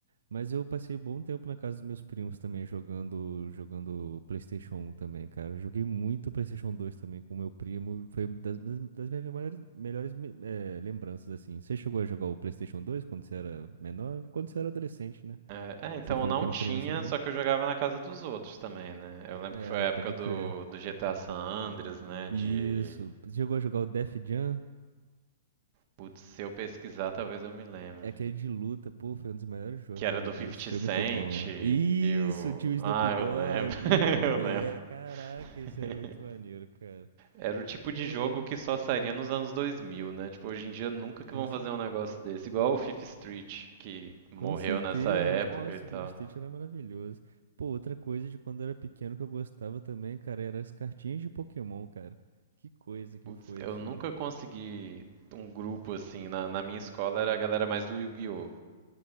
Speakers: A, on the right; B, on the right.
A: Mas eu passei bom tempo na casa dos meus primos também jogando, jogando PlayStation um também, cara. Eu Joguei muito PlayStation 2 também com meu primo. Foi uma das, das, das minhas melhores, melhores me- eh, lembranças, assim. Você chegou a jogar o PlayStation 2 quando você era menor? Quando você era adolescente, né?
B: É, é, então
A: Você falou
B: não
A: quando
B: tinha,
A: criança, não
B: só
A: muito?
B: que eu jogava na casa dos outros também, né? Eu lembro
A: É,
B: que foi a época
A: pode
B: do,
A: crer.
B: do GTA San Andreas, né?
A: Isso.
B: De.
A: Chegou a jogar o Def Jam?
B: Putz, se eu pesquisar, talvez eu me lembre.
A: É aquele de luta, pô, foi um dos melhores jogos
B: Que era
A: que eu joguei.
B: do 50
A: Esse foi
B: Cent
A: muito bom.
B: e
A: Isso,
B: o.
A: tinha o Snoop
B: Ah,
A: Dogg.
B: eu lembro. <laughs> Eu
A: É,
B: lembro. <laughs>
A: caraca, esse era muito maneiro, cara.
B: Era o tipo de
A: Pô,
B: jogo que só sairia nos anos 2000, né? Tipo, hoje em dia nunca que
A: com
B: vão
A: certeza.
B: fazer um negócio desse. Igual o Fifth Street, que morreu
A: Com certeza.
B: nessa época
A: Nossa,
B: e tal.
A: o Fever Street era maravilhoso. Pô, outra coisa de quando eu era pequeno que eu gostava também, cara, eram as cartinhas de Pokémon, cara. Que coisa que
B: Putz,
A: foi
B: eu
A: aquilo.
B: nunca consegui um grupo assim. Na, na minha escola era a galera mais do Yu-Gi-Oh!